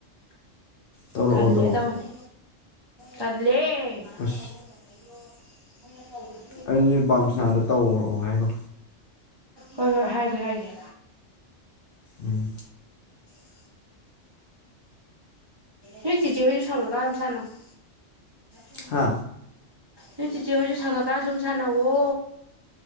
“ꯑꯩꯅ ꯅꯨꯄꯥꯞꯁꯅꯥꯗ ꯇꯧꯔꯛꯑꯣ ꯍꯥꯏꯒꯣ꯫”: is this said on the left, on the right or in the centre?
Left